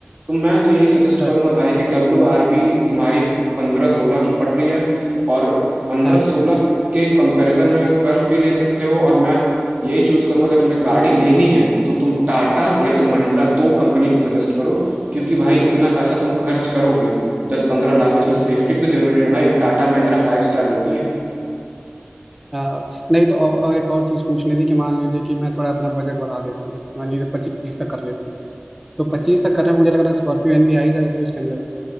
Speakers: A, on the right; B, in the centre.
A: तो मैं तो यही सजेस्ट करूंगा
B: अच्छा,
A: भाई कि डब्ल्यू आर बी तुम्हारी पंद्रह सोलह की पड़ रही है और पंद्रह
B: हाँ
A: सोलह
B: हाँ
A: के कंपैरिजन में कर्व भी ले सकते हो और मैं यही चूज करूंगा कि तुम्हें गाड़ी लेनी है तो तुम टाटा या तो महिंद्रा दो कंपनी को सजेस्ट करो क्योंकि भाई इतना पैसा तुम खर्च करोगे दस पंद्रह लाख तो उसमें सेफ्टी
B: हम्म,
A: भी तो जरूरी है भाई टाटा महिंद्रा फाइव स्टार देती है
B: हाँ नहीं तो और, और एक और चीज़ पूछनी थी कि मान लीजिए कि मैं थोड़ा अपना बजट बढ़ा लेता हूँ मान लीजिए पच्चीस तक कर लेता हूँ तो पच्चीस तक करने में मुझे लग रहा है स्कॉर्पियो एन भी आ ही जाएगी उसके अंदर